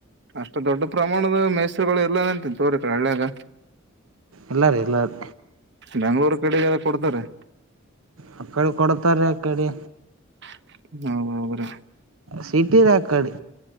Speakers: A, on the right; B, on the right.
A: ಅಷ್ಟು ದೊಡ್ಡ ಪ್ರಮಾಣದ ಮೈಸರುಗಳು ಇಲ್ಲ ಅಂತನತೋರಿಕ್ರ ಹಳ್ಳ್ಯಾಗ
B: ಎಲ್ಲಾರು ಎಲ್ಲಾರು
A: ಬೆಂಗ್ಳೂರು ಕಡೆಗೆಲ್ಲ ಕೊಡ್ತಾರೆ
B: ಆ ಕಡೆ ಕೊಡ್ತಾರೆ ಕಡೆ
A: ಹ ಹೌಬ್ರ
B: ಸಿಟಿದ ಆ ಕಡೆ